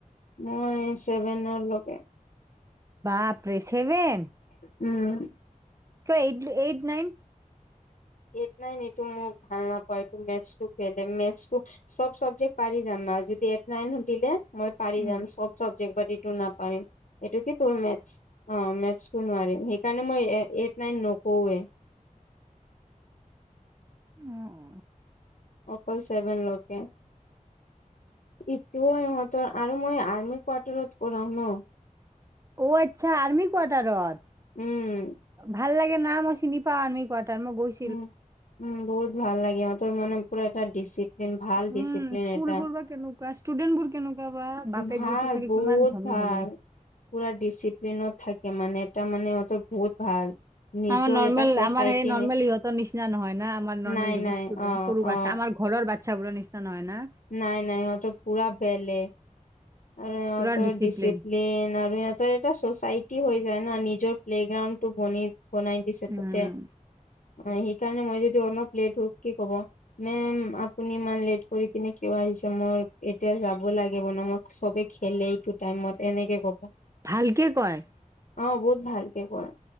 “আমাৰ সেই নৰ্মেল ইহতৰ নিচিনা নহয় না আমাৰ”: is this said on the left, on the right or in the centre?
Right